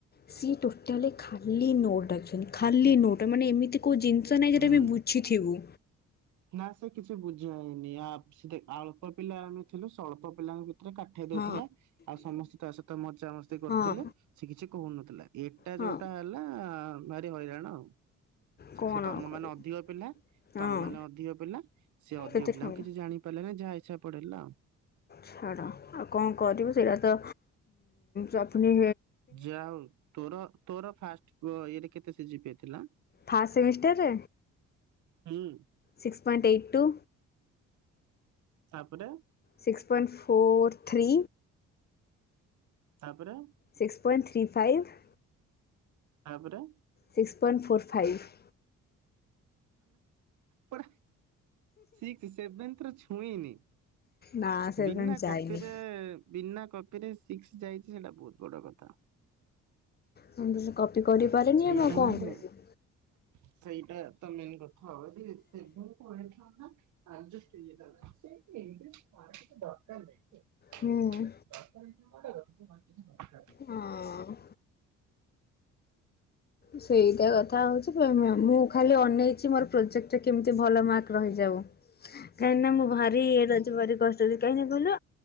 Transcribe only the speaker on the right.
ହୁଁ
ନା ସିଏ କିଛି ବୁଝାଏନି ଆପ୍ ସି ଦେ ଅଳ୍ପ ପିଲା ଆମେ ଥିଲୁ ସେ ଅଳ୍ପ ପିଲାଙ୍କ ଭିତରେ କାଠେଇ ଦଉଥିଲା।
ଆଉ ସମସ୍ତେ ତା ସହିତ ମଜା ମସ୍ତି କରୁଥିଲେ।
ସେ କିଛି କହୁନଥିଲା ଏଟା
ଯୋଉଟା ହେଲା ଭାରି ହଇରାଣ ଆଉ।
ସେ ତମମାନ
ଅଧିକ ପିଲା
ତମେମାନେ ଅଧିକ ପିଲା ସେ ଅଧିକ
ପିଲାଙ୍କୁ
କିଛି ଜାଣି ପିଲ ଯାହାଇସା ପେଇା
ଯଉ ତୋର ତୋର ଫାଷ୍ଟ ଇଏରେ କେତେ ସିଝିପିଇ ଥିଲା
ହୁଁ
ତାପରେ
ତାପରେ
ତାପରେ
ପ ସିକ୍ସ ସେଭେନଥ ଛୁଇନି
ବିନା
କପିରେ ବିନା କପିରେ ସିକ୍ସ ଯାଇଛି ସେଇଟା ବହୁତ ବଡ କଥା
ସେଇଟା
ହିଁ
ସେଇଟା ତ ମେନ୍ କଥା ହବ ଯେ ସେ କହିଥାନ୍ତା ଆ ପ ଏଇ କ ଦଡକାର ଭାଇଛି
ଦରକାର ଏ ମୋଟେ ଦରକାର